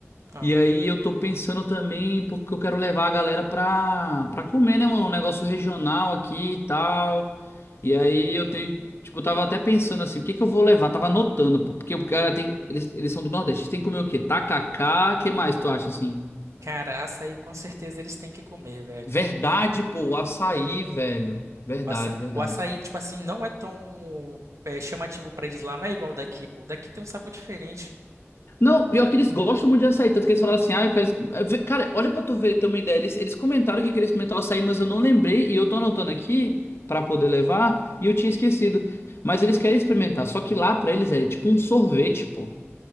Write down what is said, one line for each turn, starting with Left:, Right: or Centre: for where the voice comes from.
Right: Ah.
Left: E aí eu tô pensando também, porque eu quero levar a galera pra, pra comer, né, mano? Um negócio regional aqui e tal. E aí eu tenho, tipo, eu tava até pensando assim, o que que eu vou levar? Tava anotando, pô, porque o cara tem, eles, eles são do Nordeste, tem que comer o quê? Tacacá, que mais tu acha assim?
Right: Cara, açaí com certeza eles têm que comer, velho.
Left: Verdade, pô, o açaí, velho. Verdade,
Right: O açaí,
Left: verdade.
Right: o açaí, tipo assim, não é tão é, chamativo pra eles lá, não é igual o daqui, pô. O daqui tem um sabor diferente.
Left: Não, pior que eles gostam muito de açaí, tanto que eles falaram assim, ah, eu quero... exp- eh, Cara, olha pra tu ver, ter uma ideia, eles, eles comentaram que queriam experimentar o açaí, mas eu não lembrei, e eu tô anotando aqui pra poder levar, e eu tinha esquecido. Mas eles querem experimentar, só que lá pra eles é tipo um sorvete, pô.